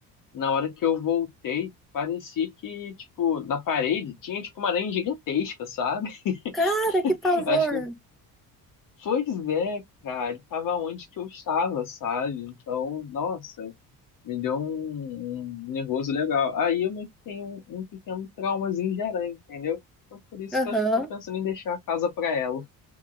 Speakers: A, on the left; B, in the centre.
A: Na hora que eu voltei, parecia que, tipo, na parede tinha, tipo, uma aranha gigantesca, sabe?
B: Cara, que
A: <laughs>
B: pavor.
A: Acho que. Pois é, cara, ele tava onde que eu estava, sabe? Então, nossa. me deu um, um nervoso legal. Aí eu meio que tenho um, um pequeno traumazinho gerante, entendeu? Então por isso
B: Aham.
A: que eu acho que eu tô pensando em deixar a casa pra ela.